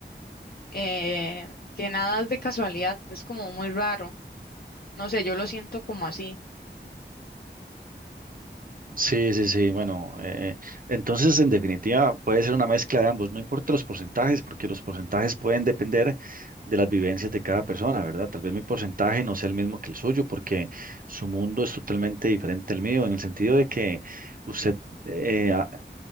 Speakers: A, on the left; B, on the right.
A: eh, que nada es de casualidad, es como muy raro. No sé, yo lo siento como así.
B: Sí, sí, sí, bueno, eh, eh, entonces en definitiva puede ser una mezcla de ambos, no importa los porcentajes, porque los porcentajes pueden depender de las vivencias de cada persona, ¿verdad? Tal vez mi porcentaje no sea el mismo que el suyo, porque su mundo es totalmente diferente al mío, en el sentido de que usted eh, a-